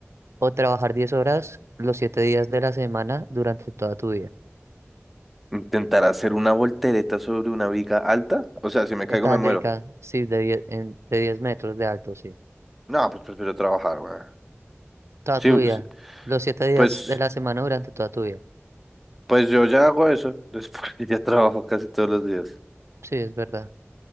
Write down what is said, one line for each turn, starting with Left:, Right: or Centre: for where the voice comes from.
Right: o trabajar 10 horas los 7 días de la semana durante toda tu vida.
Centre: ¿Intentar hacer una voltereta sobre una viga alta? O sea, si me caigo
Right: Metálica,
Centre: me muero.
Right: sí, de diez en- de 10 metros de alto, sí.
Centre: No, pues prefiero trabajar, güey.
Right: Toda
Centre: Sí,
Right: tu vida.
Centre: sí,
Right: Los 7 días
Centre: pues,
Right: de la semana durante toda tu vida.
Centre: pues yo ya hago eso. Después <laughs> ya trabajo casi todos los días.
Right: Sí, es verdad.